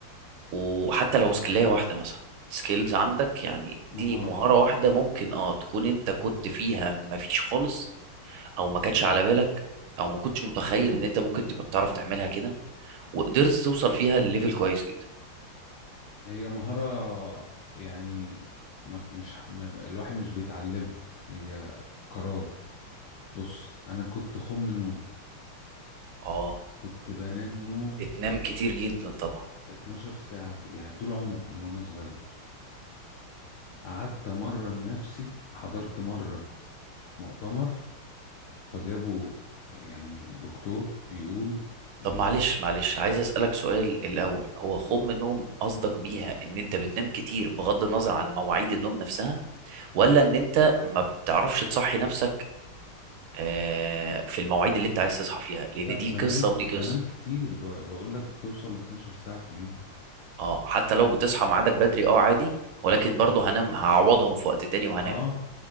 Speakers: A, on the right; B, on the left.
A: وحتى لو سكلاية واحدة مثلا سكيلز عندك يعني
B: مهارة
A: اديني مهارة واحدة ممكن اه تكون انت كنت فيها مفيش خالص او ما كانتش على بالك او ما كنتش متخيل ان انت ممكن تبقى بتعرف تعملها كده وقدرت توصل فيها لليفل كويس جدا
B: هي مهارة يعني ما مش ما الواحد مش بيتعلمها هي قرار بص أنا كنت خم نوم
A: اه
B: كنت بنام نوم
A: بتنام كتير جدا طبعا
B: 12 ساعة في- يعني طول عمري من وأنا صغير قعدت مرة نفسي حضرت مرة مؤتمر فجابوا يعني دكتور بيقول يعني
A: طب معلش
B: في-
A: معلش عايز اسالك سؤال الاول هو خوم
B: مم.
A: النوم قصدك بيها ان انت بتنام كتير بغض النظر عن مواعيد النوم نفسها ولا ان انت ما بتعرفش تصحي نفسك آه، في المواعيد اللي انت عايز تصحى فيها لان
B: لا
A: دي
B: بنام
A: قصه ودي
B: بنام
A: قصه
B: كتير ب- بقول لك بتوصل ل 12 ساعة في اليوم
A: اه حتى لو بتصحى ميعادك بدري اه عادي ولكن برضه هنام هعوضهم في وقت تاني وهنام
B: اه